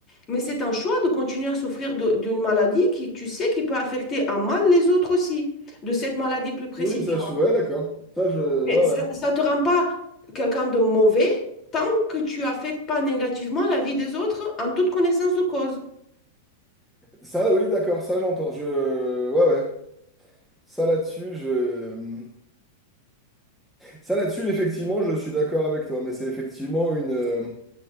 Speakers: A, on the left (about 15°); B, in the centre.
A: mais c'est un choix de continuer à souffrir de- d'une maladie qui, tu sais, qui peut affecter en mal les autres aussi, de cette maladie plus précisément.
B: oui, ça, je suis, ouais, d'accord. Ça, je, ouais,
A: Mais ça
B: ouais.
A: ne te rend pas quelqu'un de mauvais tant que tu affectes pas négativement la vie des autres en toute connaissance de cause.
B: Ça, oui, d'accord, ça j'entends. Je... Ouais, ouais. Ça là-dessus, je... Ça là-dessus, effectivement, je suis d'accord avec toi, mais c'est effectivement une... euh,